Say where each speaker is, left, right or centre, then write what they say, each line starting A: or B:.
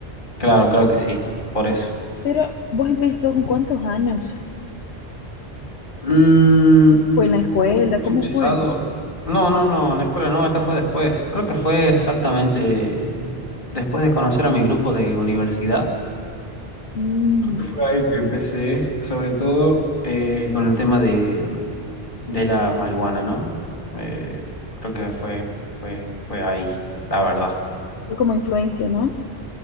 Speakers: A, on the left (about 50°); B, on the left (about 80°).
A: Claro, creo que sí, por eso.
B: Pero, ¿vos empezó con cuántos años?
A: Mm,
B: ¿Fue en la escuela?
A: bueno, he
B: ¿Cómo
A: empezado.
B: fue?
A: No, no, no, en la escuela no, esta fue después. Creo que fue exactamente después de conocer a mi grupo de universidad.
B: Mm,
A: Fue ahí que empecé, sobre todo eh, con el tema de, de la marihuana, ¿no? Eh, creo que fue, fue, fue ahí, la verdad.
B: fue como influencia, ¿no?